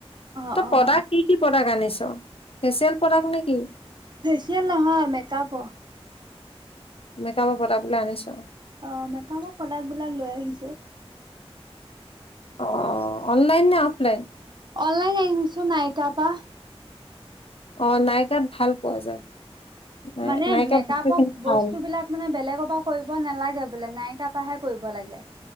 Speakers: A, on the right; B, on the left.
A: অ',
B: তই
A: অ',
B: প্ৰডাক্ট কি কি প্ৰডাক্ট আনিছ? ফেচিয়েল প্ৰডাক্ট নেকি?
A: ফেচিয়েল নহয়, মেকাপৰ।
B: মেকআপৰ প্ৰডাক্ট বিলাক আনিছ।
A: অ', মেকাপৰ প্ৰডাক্ট বিলাক লৈ আহিছো।
B: অ', অনলাইন নে অফলাইন?
A: অনলাইন আনিছো, নাইকাৰ পা।
B: অ', নাইকাত ভাল পোৱা যায়। নাই
A: মানে,
B: নাইকা
A: মেকআপৰ
B: বস্তুখিনি
A: বস্তু
B: ভাল
A: বিলাক মানে বেলেগৰ পৰা কৰিব <unintelligible> নালাগে বোলে, নাইকা পাহে কৰিব লাগে।